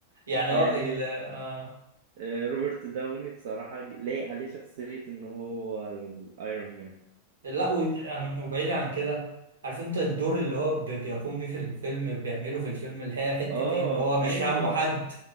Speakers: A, on the right; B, on the right.
A: يعني
B: يعني
A: هو ال... آه،
B: آه، روبرت داوني بصراحة لايق عليه شخصية ان هو ايرون مان
A: لا و- أنا- وبعيد عن كده عارف انت الدور اللي هو ب- بيقوم بيه في الفيلم بيعمله في الفيلم اللي هي حتة
B: اه
A: ايه ان هو مش
B: ايوه
A: همه حد